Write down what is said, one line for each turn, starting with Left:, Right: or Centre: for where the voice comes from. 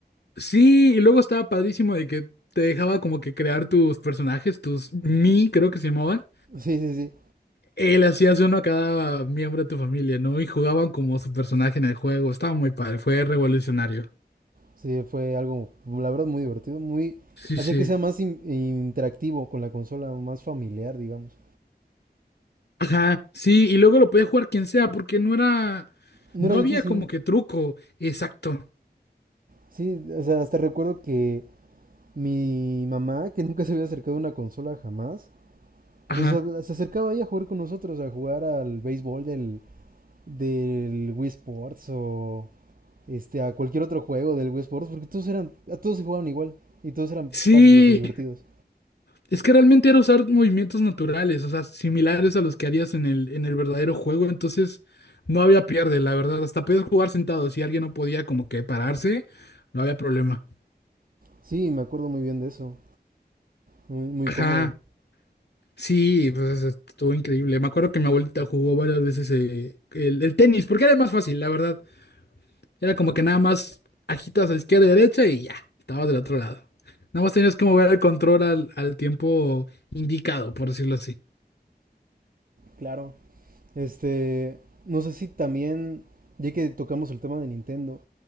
Left: Sí, y luego estaba padrísimo de que te dejaba como que crear tus personajes, tus Mi, creo que se llamaban.
Right: <laughs> Sí, sí, sí.
Left: Él hacías uno a cada miembro de tu familia, ¿no? Y jugaban como su personaje en el juego. Estaba muy padre, fue revolucionario.
Right: Sí, fue algo, la verdad, muy divertido. Muy.
Left: Sí,
Right: Hacía
Left: sí.
Right: que sea más in- interactivo con la consola, más familiar, digamos.
Left: Ajá, sí, y luego lo podía jugar quien sea, porque no era,
Right: No
Left: no
Right: era difícil.
Left: había como que truco, exacto.
Right: Sí, o sea, hasta recuerdo que mi mamá, que <laughs> nunca se había acercado a una consola jamás,
Left: Ajá.
Right: pues se, se acercaba ahí a jugar con nosotros, a jugar al béisbol del, del Wii Sports o este, a cualquier otro juego del Wii Sports, porque todos eran, a todos se jugaban igual y todos eran
Left: Sí,
Right: fáciles y divertidos.
Left: Es que realmente era usar movimientos naturales, o sea, similares a los que harías en el, en el verdadero juego, entonces no había pierde, la verdad. Hasta podías jugar sentado, si alguien no podía como que pararse, no había problema.
Right: Sí, me acuerdo muy bien de eso, muy, muy
Left: Ajá,
Right: cómodo.
Left: sí, pues estuvo increíble. Me acuerdo que mi abuelita jugó varias veces eh, el, el tenis, porque era más fácil, la verdad. Era como que nada más agitas a izquierda y derecha y ya, estabas del otro lado. Nada más tenías que mover el control al, al tiempo indicado, por decirlo así.
Right: Claro. Este, no sé si también, ya que tocamos el tema de Nintendo,